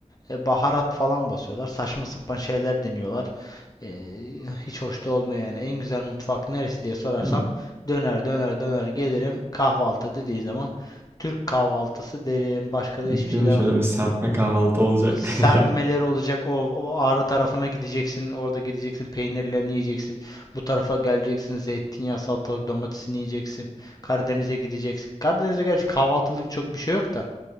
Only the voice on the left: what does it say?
E, baharat falan basıyorlar. Saçma sapan şeyler deniyorlar. E, hiç hoş da olmuyor yani. En güzel mutfak neresi diye sorarsam
döner döner döner gelirim. Kahvaltı dediğin zaman Türk kahvaltısı derim. Başka da hiçbir
şey
demem
serpmeleri
olacak. O, o ağrı tarafına gideceksin. Orada gideceksin. Peynirlerini yiyeceksin. Bu tarafa geleceksin. Zeytinyağı, salatalık, domatesini yiyeceksin. Karadeniz'e gideceksin. Karadeniz'de gerçi kahvaltılık çok bir şey yok da.